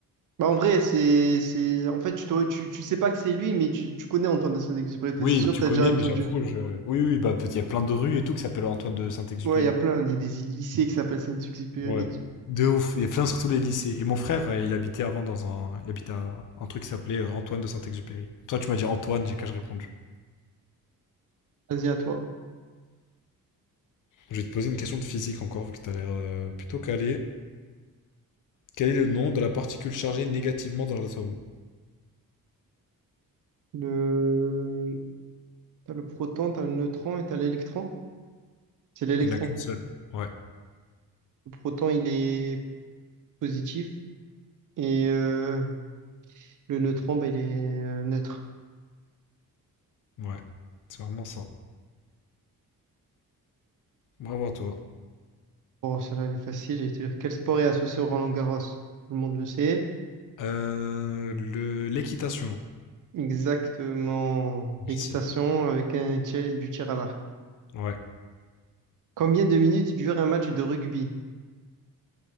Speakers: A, on the right (about 60°); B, on the left (about 60°).
A: Bah, en vrai, c'est, c'est, en fait, tu, t'aurais- tu, tu sais pas que c'est lui, mais tu, tu connais Antoine de Saint-Exupéry. T'es
B: Oui,
A: sûr,
B: tu
A: t'as
B: connais,
A: déjà entendu.
B: mais j'avoue, je. Oui, oui, bah, peut- il y a plein de rues et tout qui s'appellent Antoine de Saint-Exupéry.
A: Ouais, il y a plein, il y a des lycées qui s'appellent Saint-Exupéry.
B: Ouais.
A: Ex-
B: De ouf, il y a plein surtout les lycées. Et mon frère, euh, il habitait avant dans un, il habitait à un truc qui s'appelait euh, Antoine de Saint-Exupéry. Toi, tu m'as dit Antoine, j'ai qu'à je répondu.
A: Vas-y, à toi.
B: Je vais te poser une question de physique encore, vu que t'as l'air euh, plutôt calé. Quel est le nom de la particule chargée négativement dans l'atome?
A: Le, t'as le proton, t'as le neutron et t'as l'électron. C'est l'électron.
B: Il n'y en a qu'une seule. Ouais,
A: Le proton, il est positif et euh, le neutron, bah, il est euh, neutre.
B: ouais, c'est vraiment ça. Bravo à toi.
A: Bon, celle-là, elle est facile. J'allais te dire, quel sport est associé au Roland-Garros? Tout le monde le sait.
B: Euh, le, l'équitation.
A: Exactement.
B: Merci.
A: L'équitation avec un tir- du tir à l'arc.
B: Ouais.
A: Combien de minutes dure un match de rugby?